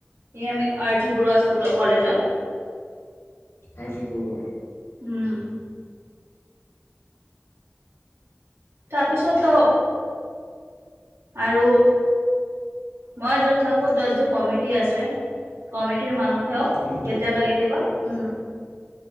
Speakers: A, on the right; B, on the left.
A: এয়াৰ আমি আৰজো বৰুৱা স্কুলৰ কলেজত।
B: আৰজু বৰুৱা।
A: উম, তাৰপিছত অ' আৰু মই য'ত থাকো, ততো কমিটি আছে, কমিটিৰ মানুহেও
B: কমিটি।
A: কেতিয়াবা কেতিয়াবা উম।